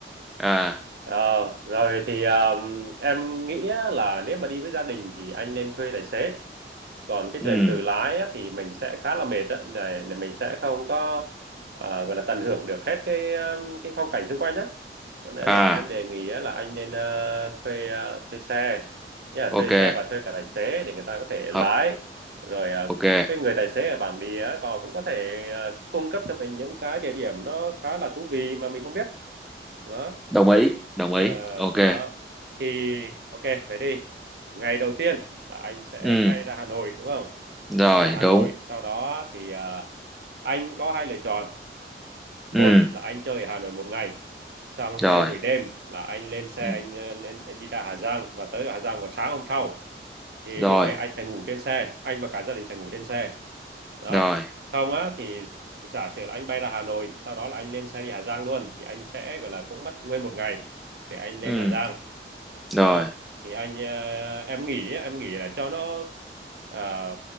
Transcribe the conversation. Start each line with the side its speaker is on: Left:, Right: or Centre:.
Centre: à
Right: Ờ, rồi thì um, em nghĩ á là nếu mà đi với gia đình thì anh nên thuê tài xế. Còn cái
Centre: ừ
Right: chuyện tự lái á, thì mình sẽ khá là mệt đó, để, để mình sẽ không có ờ, gọi là tận hưởng được hết cái um, cái phong cảnh xung quanh á. Cho nên
Centre: à
Right: là em đề nghị á, là anh nên ờ, thuê ờ, thuê xe, Nghĩa là
Centre: ok
Right: thuê xe và thuê cả tài xế để người ta có thể
Centre: hợp
Right: lái. Rồi ờ,
Centre: ok
Right: cái người tài xế ở bản địa á, còn cũng có thể ờ, cung cấp cho mình những cái địa điểm nó khá là thú vị mà mình không biết. Đó
Centre: đồng ý đồng
Right: Ờ,
Centre: ý ok
Right: đó. Thì ok, về đi. Ngày đầu tiên là anh sẽ
Centre: ừ
Right: bay ra Hà Nội đúng không?
Centre: rồi
Right: Sẽ bay ra Hà
Centre: đúng
Right: Nội, sau đó thì à, anh có hai lựa chọn. Một
Centre: ừ
Right: là anh chơi ở Hà Nội một ngày. Xong
Centre: rồi
Right: tới buổi đêm là anh lên xe
Centre: ừ
Right: anh ờ, lên anh đi ra Hà Giang và tới Hà Giang vào sáng hôm sau. Thì
Centre: rồi
Right: như vậy anh sẽ ngủ trên xe, anh và cả gia đình sẽ ngủ trên xe đó
Centre: rồi
Right: không á thì giả sử là anh bay ra Hà Nội sau đó là anh lên xe đi Hà Giang luôn thì anh sẽ gọi là cũng mất nguyên một ngày để anh lên
Centre: ừ
Right: Hà Giang đó
Centre: rồi
Right: thì anh ờ, em nghĩ á, em nghĩ là cho nó à,